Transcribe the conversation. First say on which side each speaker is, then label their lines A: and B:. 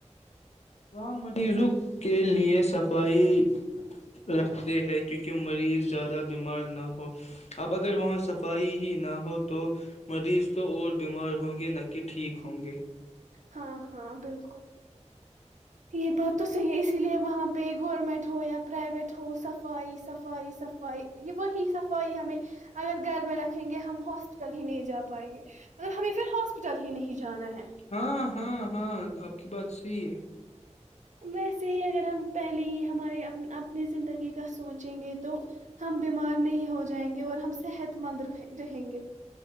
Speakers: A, on the left; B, on the right.
A: وہاں مریضوں کے لیے صفائی رکھتے ہیں کیونکہ مریض زیادہ بیمار نہ ہو اب اگر وہاں صفائی ہی نہ ہو تو مریض تو اور بیمار ہوں گے نہ کہ ٹھیک ہوں گے
B: ہاں ہاں بالکل یہ بات تو صحیح ہے اسی لیے وہاں پہ گورنمنٹ ہو یا پرائیویٹ ہو صفائی صفائی صفائی یہ وہی صفائی ہمیں اگر گھر میں رکھیں گے ہم ہاسپٹل ہی نہیں جا پائیں گے مطلب ہمیں پھر ہاسپٹل ہی نہیں جانا ہے
A: ہاں ہاں ہاں آپ کی بات صحیح ہے
B: ویسے ہی اگر ہم پہلے ہی ہمارے اپنی زندگی کا سوچیں گے تو ہم بیمار نہیں ہو جائیں گے اور ہم صحت مند رہیں گے